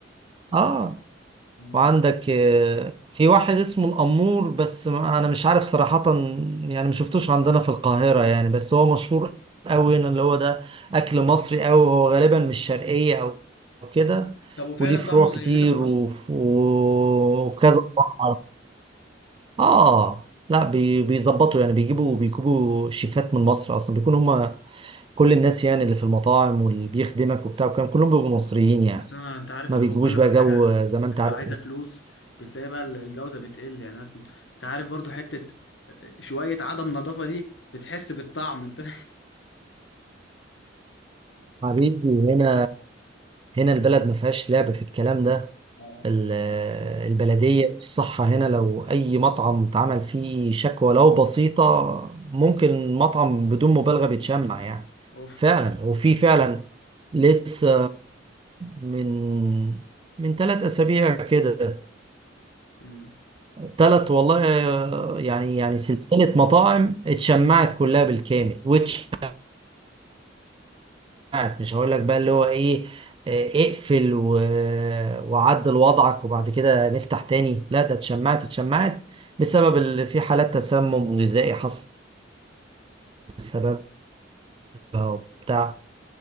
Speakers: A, on the right; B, on the left.
A: اه
B: مم.
A: وعندك آه، في واحد اسمه الأمور بس ما- أنا مش عارف صراحة يعني ما شفتوش عندنا في القاهرة يعني بس هو مشهور أوي هنا اللي هو ده أكل مصري أوي هو غالبا مش شرقية أو كده
B: طب وفعلا
A: وليه فروع
B: طعمه زي
A: كتير
B: هنا في مصر
A: وف- وفي كذا فرع آه لا بي- بيظبطوا يعني بيجيبوا بيجيبوا شيفات من مصر أصلا بيكون هما كل الناس يعني اللي في المطاعم واللي بيخدمك وبتاع وكان كلهم بيبقوا مصريين يعني
B: بس انا انت عارف
A: ما
B: اللي
A: بيجيبوش
B: هو كل
A: بقى
B: ما الحاجه
A: جو آه، زي
B: بتبقى
A: ما أنت عارف
B: عايزه فلوس بتلاقي بقى الجوده بتقل يعني مثلا انت عارف برضو حته شويه عدم نظافه دي بتحس بالطعم انت <laughs>
A: حبيبي هنا هنا البلد ما فيهاش لعب في الكلام ده
B: اه
A: ال- البلدية الصحة هنا لو أي مطعم اتعمل فيه شكوى لو بسيطة ممكن المطعم بدون مبالغة بيتشمع يعني
B: اوف
A: فعلا وفي فعلا لسه من من ثلاث أسابيع كده
B: مم.
A: ثلاث والله يعني يعني سلسلة مطاعم اتشمعت كلها بالكامل واتشمعت ساعات مش هقول لك بقى اللي هو ايه آه، اقفل و... وعدل وضعك وبعد كده نفتح تاني لا ده اتشمعت اتشمعت بسبب اللي في حالات تسمم غذائي حصلت بسببها وبتاع